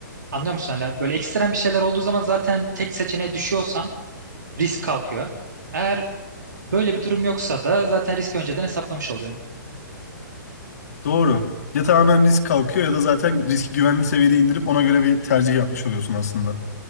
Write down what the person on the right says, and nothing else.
Anlıyor musun? Hani böyle ekstrem bir şeyler olduğu zaman zaten tek seçeneğe düşüyorsan risk kalkıyor. Eğer böyle bir durum yoksa da zaten risk önceden hesaplamış oluyorum.